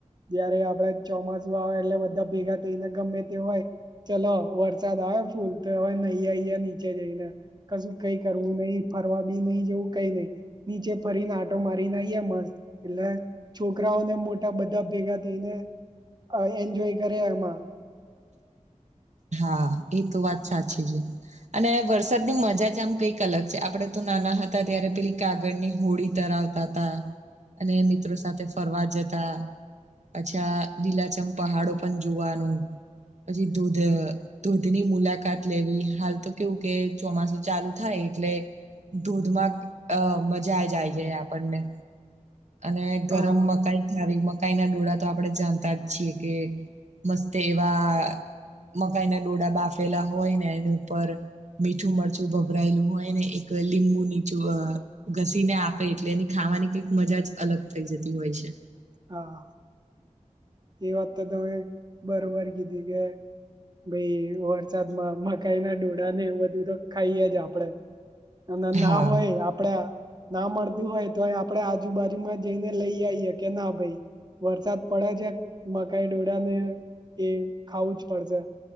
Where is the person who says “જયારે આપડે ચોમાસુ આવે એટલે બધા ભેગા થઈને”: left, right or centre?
Right